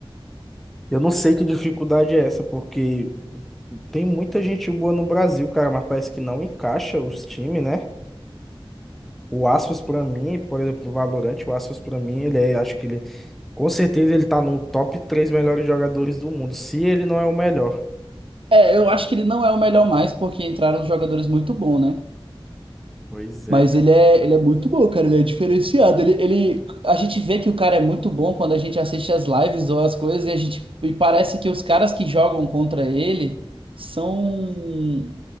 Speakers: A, in the centre; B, on the right (about 70°).
A: eu não sei que dificuldade é essa, porque tem muita gente boa no Brasil, cara, mas parece que não encaixa os times, né? O Aspas pra mim, por exemplo, no Valorant, o Aspas pra mim, ele é, acho que ele, com certeza ele tá no top 3 melhores jogadores do mundo, se ele não é o melhor.
B: É, eu acho que ele não é o melhor mais porque entraram jogadores muito bons, né?
A: Pois é,
B: Mas
A: cara.
B: ele é, ele é muito bom, cara. Ele é diferenciado. Ele, ele, a gente vê que o cara é muito bom quando a gente assiste as lives ou as coisas e a gente e parece que os caras que jogam contra ele são